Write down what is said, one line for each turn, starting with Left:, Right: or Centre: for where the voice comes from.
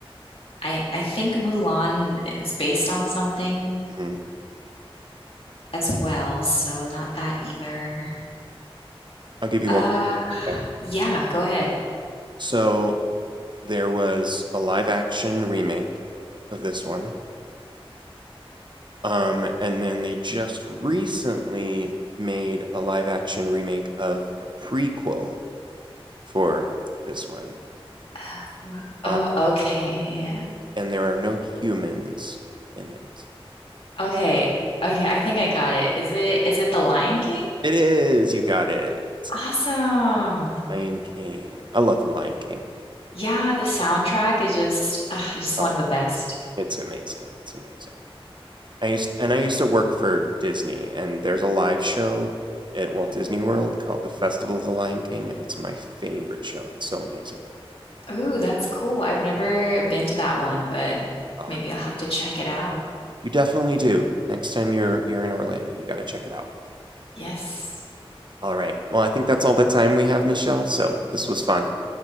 Left: I I think Mulan is based on something
Right: Mhm.
Left: as well, so not that either.
Right: I'll give you
Left: Uh,
Right: one. Okay.
Left: yeah, go ahead.
Right: So there was a live action remake of this one. Um, and then they just recently made a live action remake of a prequel for this one.
Left: <sighs>
Right: Uh,
Left: Oh, okay.
Right: and there are no humans in it.
Left: Okay. Okay, I think I got it. Is it is it The Lion King?
Right: It is, you got it.
Left: Awesome.
Right: Lion King. I love The Lion King.
Left: Yeah, the soundtrack is just uh, just
Right: Oh,
Left: one of the best.
Right: it's amazing. It's amazing. I used and I used to work for Disney, and there's a live show at Walt Disney World called the Festival of the Lion King, and it's my favorite show. It's so amazing.
Left: Ooh, that's cool. I've never been to that one, but
Right: Ah,
Left: maybe I'll have to check it out.
Right: you definitely do. Next time you're you're in Orlando, you got to check it out.
Left: Yes.
Right: All right. Well, I think that's all the time we have, Michelle. So this was fun.